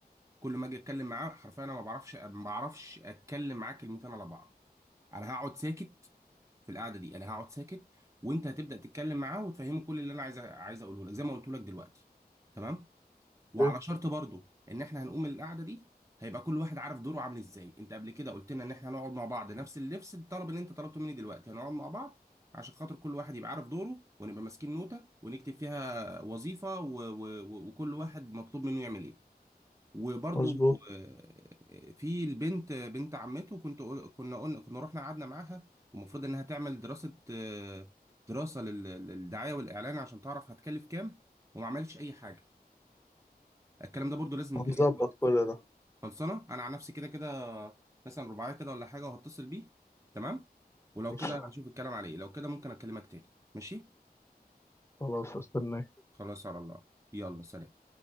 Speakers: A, on the right; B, on the left.
A: كل ما اجي اتكلم معاه حرفيا انا ما بعرفش ما بعرفش اتكلم معاه كلمتين على بعض انا هقعد ساكت في القعده دي انا هقعد ساكت وانت هتبدا تتكلم معاه وتفهمه كل اللي انا عايز عايز اقوله لك زي ما قلت لك دلوقتي تمام وعلى
B: إيه؟
A: شرط برضو ان احنا هنقوم القعده دي هيبقى كل واحد عارف دوره عامل ازاي انت قبل كده قلت لنا ان احنا هنقعد مع بعض نفس اللبس الطلب اللي انت طلبته مني دلوقتي هنقعد مع بعض عشان خاطر كل واحد يبقى عارف دوره ونبقى ماسكين نوتة ونكتب فيها وظيفة و... و... و- وكل واحد مطلوب منه يعمل ايه وبرضو
B: مظبوط
A: آه، في البنت بنت عمته كنت قل- كنا قلنا كنا رحنا قعدنا معاها ومفروض انها تعمل دراسة آه، دراسة لل- للدعاية والإعلان عشان تعرف هتكلف كام وما عملتش أي حاجة الكلام ده برضو لازم نكلمه
B: هنظبط
A: فيه
B: كل ده
A: خلصانه انا عن نفسي كده كده مثلا رباعيه كده ولا حاجه وهتصل بيه تمام ولو
B: ماشي
A: كده هشوف الكلام عليه لو كده ممكن اكلمك تاني ماشي
B: خلاص استناك
A: خلاص على الله يلا سلام